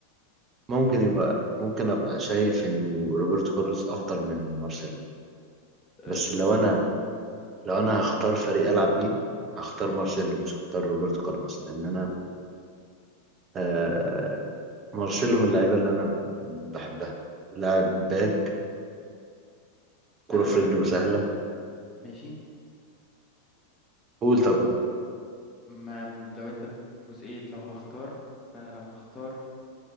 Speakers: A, on the right (about 25°); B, on the left (about 20°).
A: ممكن يبقى ممكن ابقى شايف انه روبرتو كارلوس افضل من مارسيلو
B: اه،
A: بس لو انا لو انا هختار فريق العب بيه هختار مارسيلو مش هختار روبرتو كارلوس لان انا آه مارسيلو من اللعيبه اللي انا بحبها لاعب باك
B: انا
A: كرة في
B: بقول
A: رجله
B: لك
A: سهله
B: ماشي
A: قول طب
B: ما لو انت بجزئيه لو هختار فانا لو هختار